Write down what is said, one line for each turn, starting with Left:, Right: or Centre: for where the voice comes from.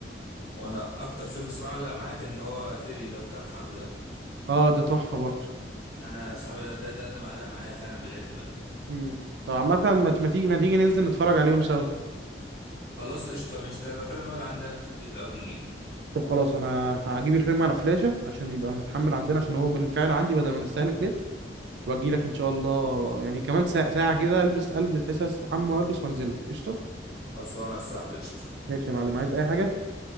Left: وانا اكتر فيلم صراع لا معاك ان هو فيري اللي هو بتاع الحرب ده
Right: اه ده تحفه برضه
Left: انا صاحبي ده ده ده اللي معلق معايا فعلا بجد بقى
Right: امم طب عامه ما ت- ما تيجي ما تيجي ننزل نتفرج عليهم سوا
Left: خلاص قشطه ماشي لو كده نقعد عندنا في البيت بقى وتجيلي
Right: طب خلاص انا هجيب الفيلم على فلاشه عشان يبقى متحمل عندنا عشان هو بالفعل عندي بدل ما نستهلك نت واجي لك ان شاء الله يعني كمان ساعه ساعة كده البس البس حس استحمى والبس وانزل لك قشطه
Left: خلصانه يا صاحبي قشطه
Right: ماشي يا معلم عايز اي حاجه